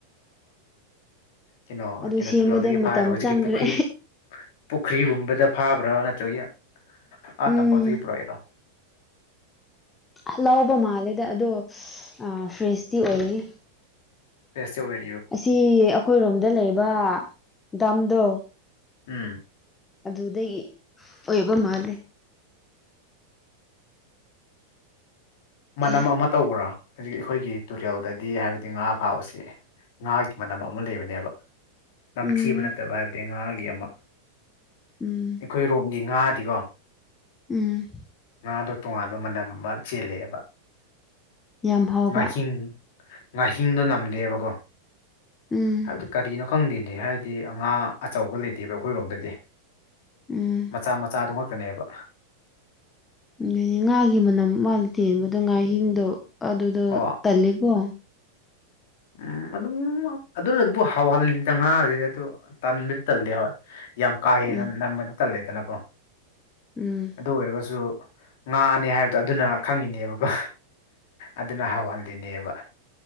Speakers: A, on the left; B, on the left.
A: ꯀꯩꯅꯣ
B: ꯑꯗꯨ
A: ꯀꯩꯅꯣ
B: ꯁꯦꯝꯕꯗ
A: ꯇꯨꯔꯦꯜꯗꯒꯤ
B: ꯃꯇꯝ
A: ꯐꯥꯏꯔꯣ ꯍꯧꯖꯤꯛꯀꯤ
B: ꯆꯪꯈ꯭ꯔꯦ
A: ꯄꯨꯈ꯭ꯔꯤ ꯄꯨꯈ꯭ꯔꯤꯒꯨꯝꯕꯗ ꯐꯥꯕ꯭ꯔꯥ ꯅꯠꯇ꯭ꯔꯒ ꯑꯥ
B: ꯎꯝ
A: ꯇꯝꯄꯥꯛꯇꯒꯤ ꯄꯨꯔꯛꯑꯔꯣ
B: ꯑ ꯂꯥꯎꯕ ꯃꯥꯜꯂꯦꯗ ꯑꯗꯣ ꯐ꯭ꯔꯦꯁꯇꯤ ꯑꯣꯏ
A: ꯔꯁ ꯑꯣꯏ
B: ꯑꯁꯤ ꯑꯩꯈꯣꯏꯔꯣꯝꯗ ꯂꯩꯕ ꯗꯥꯝꯗꯣ
A: ꯎꯝ
B: ꯑꯗꯨꯗꯒꯤ ꯑꯣꯏꯕ ꯃꯥꯜꯂꯦ
A: ꯃꯅꯝ
B: ꯑꯦ
A: ꯑꯃ ꯇꯧꯕ꯭ꯔꯥ ꯍꯧꯖꯤꯛ ꯑꯩꯈꯣꯏꯒꯤ ꯇꯨꯔꯦꯜꯗꯗꯤ ꯍꯥꯏꯕꯗꯤ ꯉꯥ ꯐꯥꯕꯕꯁꯤꯦ ꯉꯥꯒꯤ ꯃꯅꯝ ꯑꯃ ꯂꯩꯕꯅꯦꯕ ꯅꯝꯊꯤꯕ
B: ꯎꯝ
A: ꯅꯠꯇꯕ ꯍꯥꯏꯕꯗꯤ ꯉꯥꯒꯤ ꯑꯃ
B: ꯎꯝ
A: ꯑꯩꯈꯣꯏꯔꯣꯝꯒꯤ ꯉꯥ ꯄꯀꯣ
B: ꯎꯝ
A: ꯉꯥꯗꯣ ꯇꯣꯉꯥꯟꯕ ꯃꯅꯝ ꯑꯃ ꯆꯦꯜꯂꯑꯦꯕ
B: ꯌꯥꯝ ꯍꯥꯎꯕ
A: ꯉꯥꯍꯤꯡ ꯉꯥꯍꯤꯡꯗꯣ ꯅꯝꯗꯦꯕꯀꯣ
B: ꯎꯝ
A: ꯍꯥꯏꯕꯗꯤ ꯀꯔꯤꯅꯣ ꯈꯪꯗꯦꯅꯤ ꯍꯥꯏꯔꯗꯤ ꯑꯉꯥ ꯑꯆꯧꯕꯒ ꯂꯩꯇꯦꯕ ꯑꯩꯈꯣꯏꯔꯣꯝꯗꯗꯤ
B: ꯎꯝ
A: ꯃꯆꯥ ꯃꯆꯥꯗꯨ ꯉ ꯆꯇꯅꯦꯕ
B: ꯗꯤ ꯉꯥꯒꯤ ꯃꯅꯝ ꯃꯥꯅ ꯇꯦꯟꯕꯗꯣ ꯉꯥꯍꯤꯡꯗꯣ ꯑꯗꯨꯗꯣ
A: ꯑꯣ
B: ꯇꯜꯂꯦꯀꯣ
A: ꯎꯝ ꯑꯗꯨꯝ ꯑꯗꯨꯅ ꯑꯗꯨꯕꯨ ꯍꯥꯎꯍꯜꯂꯤꯗ ꯉꯥꯁꯤꯗꯤ ꯑꯗꯨ ꯇꯟꯕꯗꯤ ꯇꯜꯗꯦ ꯍꯋꯥꯣꯏ ꯌꯥꯝ ꯀꯥ ꯍꯦꯅ
B: ꯎꯝ
A: ꯅꯃꯗ ꯇꯜꯂꯦꯗꯅꯀꯣ
B: ꯎꯝ
A: ꯑꯗꯨ ꯑꯣꯏꯔꯒꯁꯨ ꯉꯥꯅꯦ ꯍꯥꯏꯕꯗꯣ ꯑꯗꯨꯅ ꯈꯪꯉꯤꯅꯦꯕꯀꯣ ꯑꯗꯨꯅ ꯍꯥꯎꯍꯟꯜꯂꯤꯅꯦꯕ